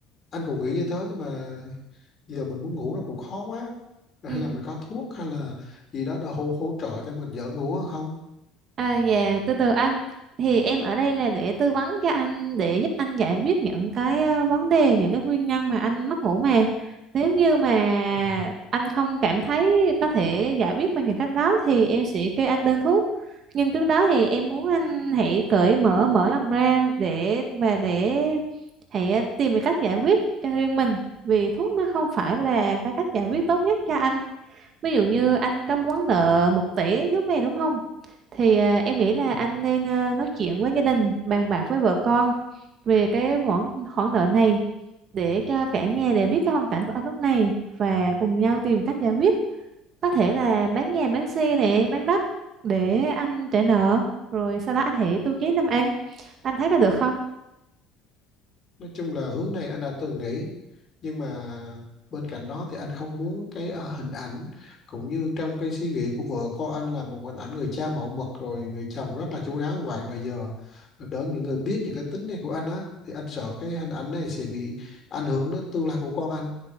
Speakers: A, on the left (about 40°); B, on the right (about 50°).
A: anh cũng nghĩ như thế nhưng mà giờ mình muốn ngủ nó cũng khó quá Rồi
B: ừ.
A: hay là mình có thuốc hay là gì đó để hỗ hỗ trợ cho mình dễ ngủ hơn không
B: À, dạ, từ từ anh. Thì em ở đây là để tư vấn cho anh, để giúp anh giải quyết những cái ờ, vấn đề, những cái nguyên nhân mà anh mất ngủ mà. Nếu như mà
A: à,
B: anh không cảm thấy có thể giải quyết bằng những cách đó thì em sẽ kê anh đơn thuốc. Nhưng trước đó thì em muốn anh hãy cởi mở, mở lòng ra để và để hãy ờ, tìm cái cách giải quyết cho riêng mình. Vì thuốc nó không phải là cái cách giải quyết tốt nhất cho anh. Ví dụ như anh có món nợ một tỷ lúc này đúng không? thì à, em nghĩ là
A: ừ.
B: anh nên à, nói chuyện với gia đình bàn bạc với vợ con về cái khoản khoản nợ này để cho cả nhà đều biết cái hoàn cảnh của anh lúc này và cùng nhau tìm cách giải quyết có thể là bán nhà bán xe này bán đất để anh trả nợ rồi sau đó anh hãy tu chí làm ăn anh thấy có được không
A: nói chung là hướng này anh đã từng nghĩ nhưng mà bên cạnh đó thì anh không muốn cái ờ, hình ảnh cũng như trong cái suy nghĩ của vợ con anh là một hình ảnh người cha mẫu mực rồi người chồng rất là chu đáo vậy mà giờ đỡ những người biết những cái tính này của anh á thì anh sợ cái hình ảnh này sẽ bị ảnh hưởng đến tương lai của con anh